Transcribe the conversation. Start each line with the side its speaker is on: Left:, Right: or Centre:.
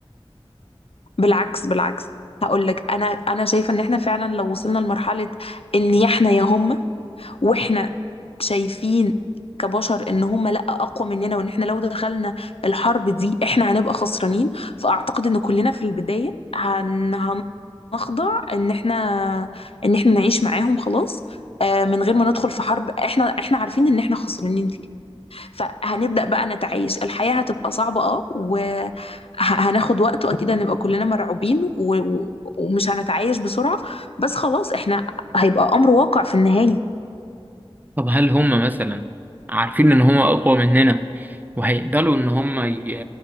Left: بالعكس بالعكس هقول لك انا انا شايفه ان احنا فعلا لو وصلنا لمرحله ان احنا يا هم واحنا شايفين كبشر ان هم لا اقوى مننا وان احنا لو دخلنا الحرب دي احنا هنبقى خسرانين فاعتقد ان كلنا في البدايه هن هنخضع ان احنا ان احنا نعيش معاهم خلاص آه، من غير ما ندخل في حرب احنا احنا عارفين ان احنا خسرانين فيها فهنبدأ بقى نتعايش الحياة هتبقى صعبة اه وهناخد وقت واكيد هنبقى كلنا مرعوبين و... و- ومش هنتعايش بسرعة بس خلاص احنا هيبقى امر واقع في النهاية
Right: طب هل هم مثلا عارفين ان هم اقوى مننا وهيقدروا ان هم ي...